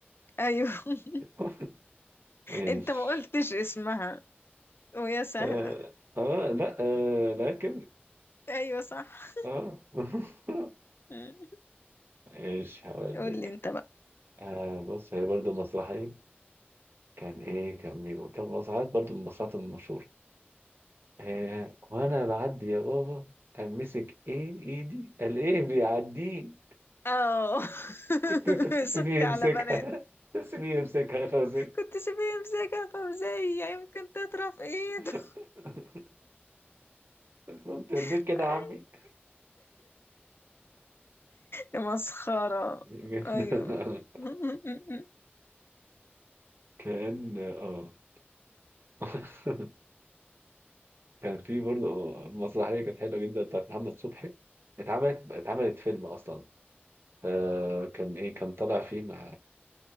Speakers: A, on the left; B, on the right.
A: ايوه <laughs>
B: <laughs> ايش
A: انت ما قلتش اسمها ويا سهلة
B: اه, آه لا آه لكن
A: ايوه صح
B: اه <laughs>
A: أمم.
B: ايش هقول
A: قول
B: لك
A: لي انت بقى
B: آه بص هي برضه مسرحية كان ايه كان مين كان مسرحيات برضه من المسرحيات المشهورة آه، وانا بعدي يا بابا امسك ايه ايدي قال ايه بيعديه
A: اه <laughs>
B: كنت كنت تسيبيه
A: سك
B: يمسكها
A: على بنات
B: <laughs> تسيبيه يمسكها يا فوزي
A: كنت سيبيه يمسكها فمزية يمكن تطرف ايده
B: <laughs> انت يرضيك
A: <laughs>
B: كده يا عمي <laughs>
A: يا مسخرة
B: جدا.
A: ايوه أمم.
B: كان اه <laughs> كان في برضه مسرحيه كانت حلوه جدا بتاعت محمد صبحي اتعملت اتعملت فيلم اصلا آه، كان ايه كان طالع فيه مع